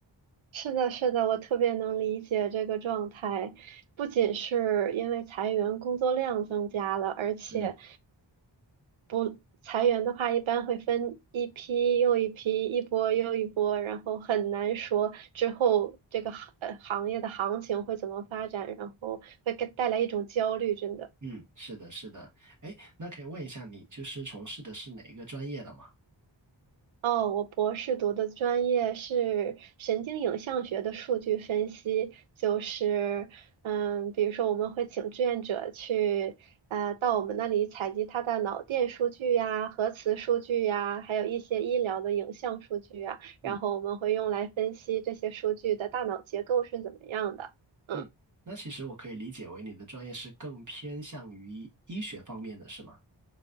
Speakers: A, on the right; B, on the right.
A: 是的，是的，我特别能理解这个状态，不仅是因为裁员工作量增加了，而且。
B: 是。
A: 不裁员的话，一般会分一批又一批，一波又一波，然后很难说之后这个行呃行业的行情会怎么发展，然后会给带来一种焦虑，真的。
B: 嗯，是的，是的。哎，那可以问一下，你就是从事的是哪一个专业的吗？
A: 哦，我博士读的专业是神经影像学的数据分析，就是，嗯，比如说我们会请志愿者去，呃，到我们那里采集他的脑电数据呀、核磁数据呀，还有一些医疗的影像数据呀，然后我们会用来分析这些数据的大脑结构是怎么样的。
B: 嗯
A: 嗯。
B: 嗯，那其实我可以理解为你的专业是更偏向于医学方面的，是吗？